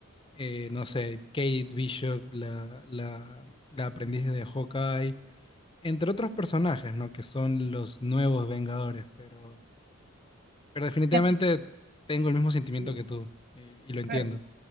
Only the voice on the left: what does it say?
eh, no sé, Kate Bishop, la, la, la aprendiz de Hawkeye entre otros personajes, ¿no? Que son los nuevos Vengadores, pero, pero definitivamente
tengo el mismo sentimiento
que tú y, y lo entiendo.